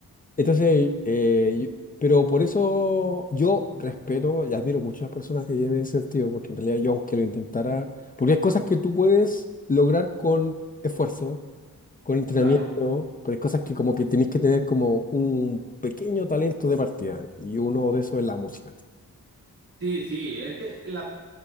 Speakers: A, on the left (about 25°); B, on the right (about 70°).
A: entonces, eh, yo- pero por eso yo respeto y admiro mucho a las personas que tienen ese sentido, porque en realidad yo aunque lo intentara, porque hay cosas que tú puedes lograr con esfuerzo, con entrenamiento,
B: claro.
A: pero hay cosas que como que tenés que tener como un pequeño talento de partida, y uno de esos es la música.
B: Sí, sí, es que la,